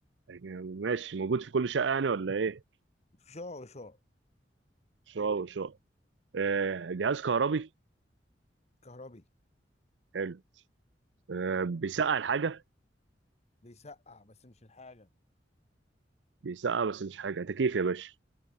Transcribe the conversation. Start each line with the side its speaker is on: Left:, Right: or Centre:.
Right: يعني ماشي موجود في كل شقة يعني ولا ايه؟
Left: شعر وشعر
Right: شقة وشقة آه، جهاز كهربي
Left: كهربي
Right: حلو آه، بيسقع الحاجة
Left: بيسقع بس مش الحاجه
Right: بيسقع بس مش حاجة تكييف يا باشا